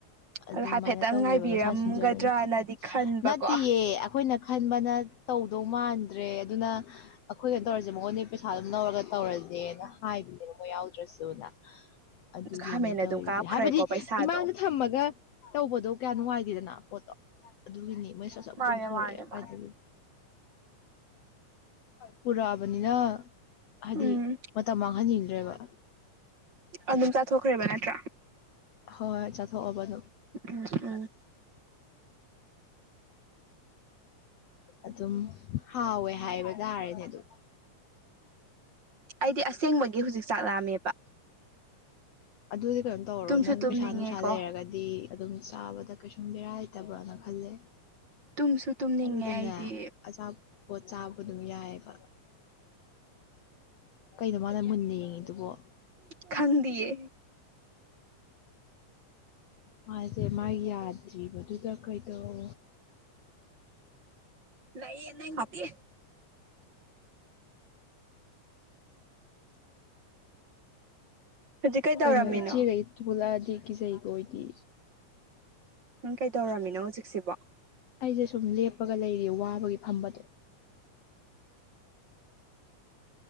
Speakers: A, on the left (about 70°); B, on the right (about 40°).
A: ꯑꯗꯨꯃꯥꯏꯅ
B: ꯑꯗꯨ ꯍꯥꯏꯐꯦꯠꯇꯪ
A: ꯇꯧꯋꯦꯕ
B: ꯉꯥꯏꯕꯤꯔꯝꯒꯗ꯭ꯔꯅꯗꯤ
A: ꯃꯁꯥ ꯁꯤꯟꯖꯕꯅꯤ
B: ꯈꯟꯕꯀꯣ
A: ꯅꯠꯇꯦꯌꯦ ꯑꯩꯈꯣꯏꯅ ꯈꯟꯕꯅ ꯇꯧꯗꯧ ꯃꯥꯜ ꯈꯟꯗ꯭ꯔꯦ ꯑꯗꯨꯅ ꯑꯩꯈꯣꯏꯅ ꯇꯧꯔꯁꯦ ꯃꯉꯣꯟꯗ ꯄꯩꯁꯥ ꯑꯗꯨꯝ ꯂꯧꯔꯒ ꯇꯧꯔꯁꯦꯅ ꯍꯥꯏꯕꯅꯦꯕ ꯃꯣꯏ ꯌꯥꯎꯗ ꯭ꯔꯁꯨꯅ ꯑꯗꯨꯒꯤꯅꯤ
B: ꯈꯥꯃꯦꯟ
A: ꯇꯧꯔꯤꯁꯦ
B: ꯑꯗꯨꯝ ꯀꯥꯞꯈ꯭ꯔꯦꯀꯣ
A: ꯍꯥꯏꯕꯗꯤ
B: ꯄꯩꯁꯥꯗꯣ
A: ꯏꯃꯥꯗ ꯊꯝꯃꯒ ꯇꯧꯕꯗꯣ ꯀꯌꯥ ꯅꯨꯡꯉꯥꯏꯇꯦꯗꯅ ꯄꯣꯠꯇꯣ ꯑꯗꯨꯒꯤꯅꯤ ꯃꯣꯏ ꯁꯠꯆꯞ
B: ꯃꯥꯅꯦ
A: ꯇꯧꯊꯣꯔꯛꯑꯦ
B: ꯃꯥꯅꯦ
A: ꯀꯥꯏꯗꯒꯤ
B: ꯃꯥꯅꯦ
A: ꯄꯨꯔꯑꯕꯅꯤꯅ ꯍꯥꯏꯗꯤ
B: ꯎꯝ
A: ꯃꯇꯝ ꯃꯥꯡꯍꯟꯅꯤꯡꯗ꯭ꯔꯦꯕ꯫
B: ꯑꯗꯨꯝ ꯆꯥꯊꯣꯛꯈ꯭ꯔꯦꯕ ꯅꯠꯇ꯭ꯔꯥ꯫
A: ꯍꯣꯏ ꯍ ꯆꯠꯊꯣꯛꯑꯣ ꯟꯣ
B: ꯎꯝ ꯎꯝ
A: ꯑꯗꯨꯝ ꯍꯥꯎꯋꯦ ꯍꯥꯏꯕ ꯇꯥꯔꯦꯅꯦ ꯑꯗꯨ꯫
B: ꯑꯩꯗꯤ ꯑꯁꯦꯡꯕꯒꯤ ꯍꯧꯖꯤꯛ ꯆꯥꯛ ꯂꯥꯛꯑꯝꯃꯦꯕ꯫
A: ꯑꯗꯨꯗꯤ ꯀꯩꯅꯣꯝ ꯇꯧꯔꯣ
B: ꯇꯨꯝꯁꯨ
A: ꯅꯪ
B: ꯇꯨꯝꯅꯤꯡꯉꯦꯀꯣ
A: ꯄꯩꯁꯥ ꯅꯨꯡꯁꯥ ꯂꯩꯔꯒꯗꯤ ꯑꯗꯨꯝ ꯆꯥꯕꯗ ꯀꯩꯁꯨꯝ ꯕꯦꯔꯥꯏꯇꯕ꯭ꯔꯅ ꯈꯜꯂꯦ꯫
B: ꯇꯨꯝꯁꯨ ꯇꯨꯝꯅꯤꯡꯉꯦ
A: ꯍꯥꯏꯕꯗꯤꯅꯦ
B: ꯑꯩꯗꯤ
A: ꯑꯆꯥꯄꯣꯠ ꯆꯥꯕ ꯑꯗꯨꯝ ꯌꯥꯏꯑꯕ꯫ ꯀꯩꯅꯣ ꯃꯥꯅ ꯃꯨꯟꯅ ꯌꯦꯡꯉꯤꯗꯨꯕꯣ꯫
B: ꯈꯥꯟꯗꯤꯌꯦ
A: ꯃꯥꯁꯦ ꯃꯥꯒꯤ ꯌꯥꯗ꯭ꯔꯤꯕꯗꯨꯗ ꯀꯩꯗꯧ
B: ꯂꯥꯏ ꯅ ꯍꯥꯄꯤ ꯍꯧꯖꯤꯛ ꯀꯩꯗꯧꯔꯝꯃꯤꯅꯣ
A: ꯀꯩꯅꯣ ꯏꯆꯦꯒ ꯊꯨꯂ ꯀꯤ ꯆꯍꯤꯀꯣ ꯑꯣꯏꯗꯤ꯫
B: ꯅꯪ ꯀꯩꯗꯧꯔꯝꯃꯤꯅꯣ ꯍꯧꯖꯤꯛꯁꯤꯕꯣ꯫
A: ꯑꯩꯁꯦ ꯁꯨꯝ ꯂꯦꯞꯄꯒ ꯂꯩꯔꯤ ꯋꯥꯕꯒꯤ ꯐꯝꯕꯗꯣ꯫